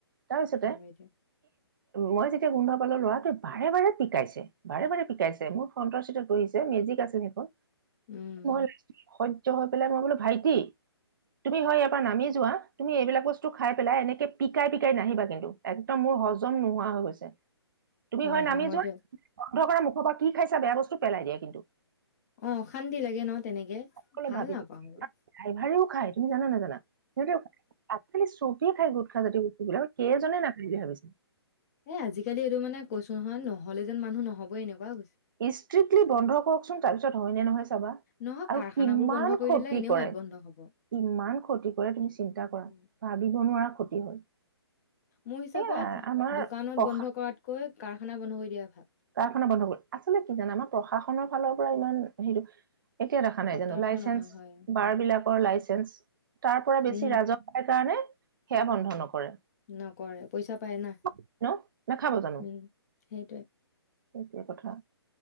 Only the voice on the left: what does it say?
হয় দিয়ক।
উম,
অ',
দিয়ক।
অ অশান্তি লাগে ন তেনেক?
ভাল
নাপাওঁ এইবোৰ।
এ আজিকালি এইটো মানে কৈছো নহয় নহ'লে যেন মানুহ নহ'বই এনেকুৱা হৈ গৈছে।
নহয়
কাৰখানাবোৰ
বন্ধ কৰি
দিলে এনেও
ইয়াত বন্ধ হ'ব।
উম,
মোৰ হিচাপত,
দোকানত বন্ধ কৰাতকৈ কাৰখানা বন্ধ কৰি দিয়াই ভাল।
সতৰ্ক
নহয় হয়।
উম,
নকৰে পইচা পায় না,
উম সেইটোৱে।